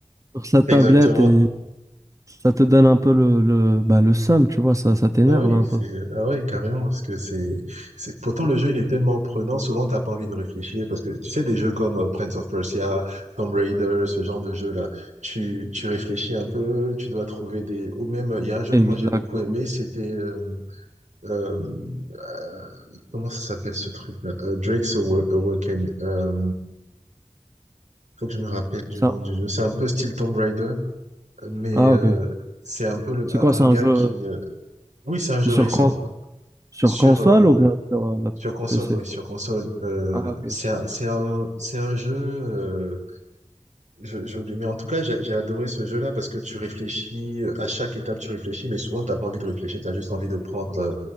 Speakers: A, on the right; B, on the right.
A: sur sa tablette
B: Exactement.
A: et Ça te donne un peu le, le, bah, le seum, tu vois, ça, ça t'énerve
B: Bah oui,
A: un
B: c'est
A: peu.
B: ah ouais, carrément, parce que c'est c'est pourtant le jeu il est tellement prenant, souvent t'as pas envie de réfléchir parce que tu sais des jeux comme euh, Prince of Persia, Tomb Raider, ce genre de jeu là, tu tu réfléchis un peu, tu dois trouver des ou même euh, il y a un jeu
A: Exactement.
B: que moi j'ai beaucoup aimé, c'était euh, euh, euh, comment ça s'appelle ce truc là? Euh, Drake's Awa- Awaken. Euh, faut que je me rappelle du
A: Ça.
B: nom du jeu. C'est un peu style Tomb Raider, mais
A: Ah,
B: euh,
A: ok.
B: c'est un peu le,
A: C'est
B: un,
A: quoi,
B: un
A: c'est un
B: gars
A: jeu
B: qui euh, oui, c'est un jeu
A: c'est sur,
B: récent
A: con- sur
B: sur
A: console
B: euh,
A: ou bien sur euh,
B: Sur console,
A: PC?
B: oui, sur console. Euh,
A: Ah, ok.
B: c'est un, c'est un, c'est un jeu, euh, je, j'ai oublié. mais en tout cas, j'ai j'ai adoré ce jeu-là parce que tu réfléchis, euh, à chaque étape, tu réfléchis, mais souvent, t'as pas envie de réfléchir, tu as juste envie de prendre euh,